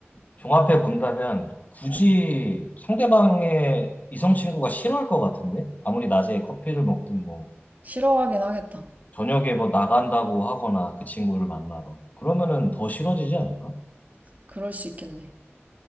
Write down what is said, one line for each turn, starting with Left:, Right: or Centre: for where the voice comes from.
Left: 종합해 본다면 굳이 상대방의 이성 친구가 싫어할 것 같은데 아무리 낮에 커피를 먹든 뭐
Right: 싫어하긴 하겠다.
Left: 저녁에 뭐 나간다고 하거나 그 친구를 만나러 그러면은 더 싫어지지 않을까?
Right: 그럴 수 있겠네.